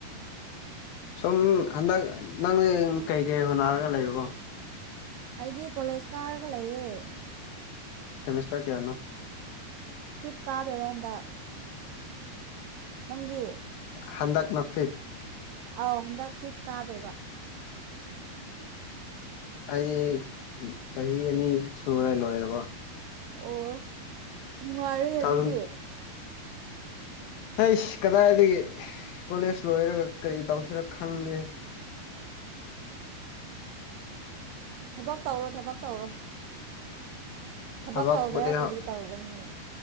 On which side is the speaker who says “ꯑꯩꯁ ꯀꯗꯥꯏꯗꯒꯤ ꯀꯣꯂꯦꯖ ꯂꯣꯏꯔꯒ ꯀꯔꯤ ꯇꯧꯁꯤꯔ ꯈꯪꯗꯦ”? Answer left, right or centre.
Left